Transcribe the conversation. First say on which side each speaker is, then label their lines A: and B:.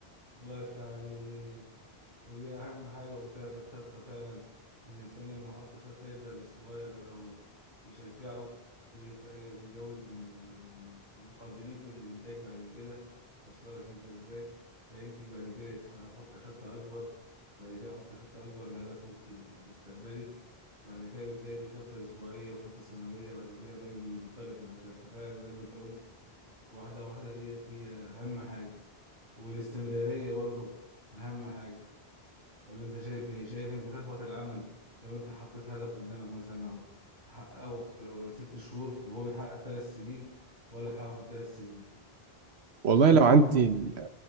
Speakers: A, on the right; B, on the right.
A: الله يفتح عليك ودي أهم حاجة قلتها في الخطة فعلا إن الإنسان لما يحط خطة يبدأ بالصغير الأول يشجعه ويدفع ويزود من من من من قابليته للإنتاج بعد كده واصله لك أنت إزاي فينتج بعد كده يتح- يحط خطة أكبر وبعد كده يحط خطة أكبر لهدفه المستقبلي بعد كده بتلاقي في خطة أسبوعية وخطة سنوية بعد كده الراجل بينطلق بعدها ففعلا زي ما أنت قلت واحدة واحدة ديت هي أهم حاجة. والاستمرارية برضو أهم حاجة ولا أنت شايف إيه؟ شايف أنت تخبط العمل لو أنت حطيت هدف قدامك مثلا أهو تحققه في ست شهور وهو بيتحقق في ثلاث سنين ولا تحققه في الثلاث سنين؟
B: والله
A: تختار
B: لو
A: أنا
B: إن شاء
A: واحد
B: الله عندي